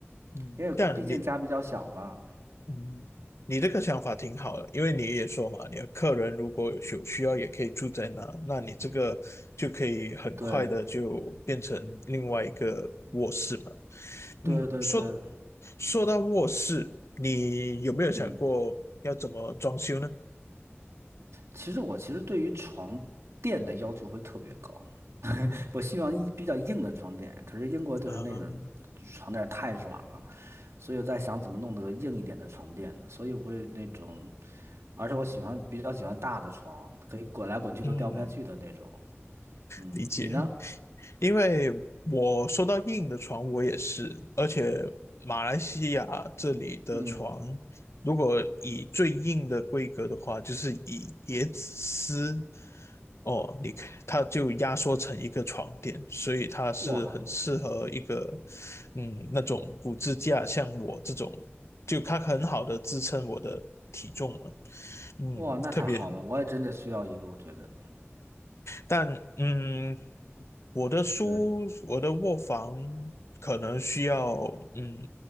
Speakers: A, on the left; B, on the right.
A: 嗯，
B: 因为毕竟家比较小嘛。
A: 但你嗯，你这个想法挺好的，因为你也说嘛，你的客人如果有需要，也可以住在那，那你这个就可以很快的就变成另外一个卧室嘛。
B: 对，对对对，
A: 嗯，说说到卧室，你有没有想过要怎么装修呢？
B: 嗯。其实我其实对于床垫的要求会特别高，
A: 嗯
B: 我希望一比较硬的床垫，可是英国就是那种
A: 啊，
B: 床垫太软了，所以我在想怎么弄得硬一点的床垫呢？所以我会那种，而且我喜欢比较喜欢大的床，可以滚来滚去都掉不下去的那种。
A: 嗯，
B: 嗯，
A: 理解。
B: 你呢？
A: 因为我说到硬的床，我也是，而且马来西亚这里的床，
B: 嗯，
A: 如果以最硬的规格的话，就是以椰子丝，哦，你看它就压缩成一个床垫，所以它是很适合一个，
B: 哇
A: 嗯，那种骨支架，像我这种，就它很好的支撑我的体重嘛，嗯，
B: 哇，那太好了，
A: 特别。
B: 我也真的需要一个，我觉得。
A: 但嗯，我的书，
B: 对，
A: 我的卧房可能需要嗯，